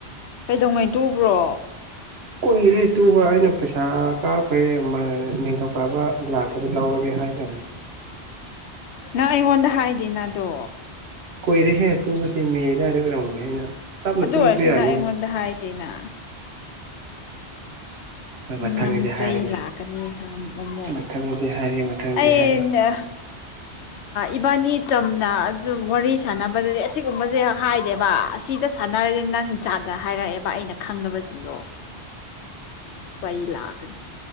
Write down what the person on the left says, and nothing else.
ꯀꯩꯗꯧꯉꯩ ꯇꯨꯕ꯭ꯔꯣ
ꯅꯪ ꯑꯩꯉꯣꯟꯗ ꯍꯥꯏꯗꯦ ꯅꯗꯣ
ꯑꯗꯨ
ꯑꯣꯏꯔꯁꯨ
ꯅꯪ ꯑꯩꯉꯣꯟꯗ ꯍꯥꯏꯗꯦꯅ
ꯅꯪ ꯆꯩ
ꯂꯥꯛꯀꯅꯤ ꯑꯃꯨꯛ
ꯑ ꯎ
ꯏꯕꯥꯅꯤ ꯆꯝꯅ ꯑꯗꯨꯝ ꯋꯥꯔꯤ ꯁꯥꯟꯅꯕꯗꯗꯤ ꯑꯁꯤꯒꯨꯝꯕꯁꯦ ꯍꯥꯏꯗꯦꯕ ꯑꯁꯤꯗ ꯁꯥꯟꯅꯔꯁꯦ ꯅꯪꯖꯥꯗ ꯍꯥꯏꯔꯛꯑꯦꯕ ꯑꯩꯅ ꯈꯪꯗꯕꯁꯤꯡꯗꯣ ꯁꯩ ꯂꯥꯀꯅꯤ